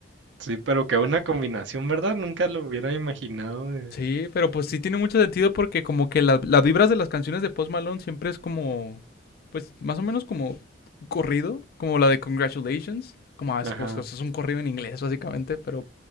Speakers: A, on the right; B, on the left.
A: sí, pero qué buena combinación, ¿verdad? Nunca lo hubiera imaginado. eh.
B: Sí, pero pues sí tiene mucho sentido porque como que la- las vibras de las canciones de Post Malone siempre es como, pues más o menos como corrido, como la de Congratulations, como ah,
A: Ajá,
B: es, como- es un corrido en inglés básicamente, pero